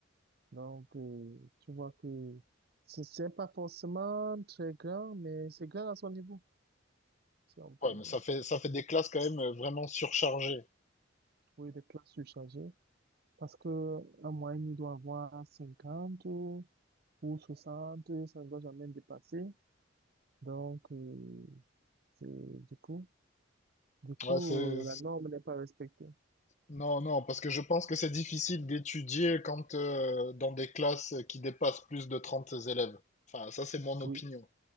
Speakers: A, on the right (about 50°); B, on the left (about 35°).
A: Donc, euh, tu vois que c'est c'est pas forcément très grand, mais c'est grand à son niveau, si on peut
B: Ouais,
A: le
B: mais
A: dire.
B: ça fait, ça fait des classes quand même euh, vraiment surchargées.
A: Oui, des classes surchargées. Parce que en moyenne, il doit avoir 50 ou soixante ça ne doit jamais dépasser. Donc, euh, c'est, du coup, du coup,
B: Ouais, c'est...
A: euh, la norme n'est pas respectée.
B: Non, non, parce que je pense que c'est difficile d'étudier quand euh, dans des classes qui dépassent plus de 30 élèves. Enfin, ça, c'est mon opinion.
A: oui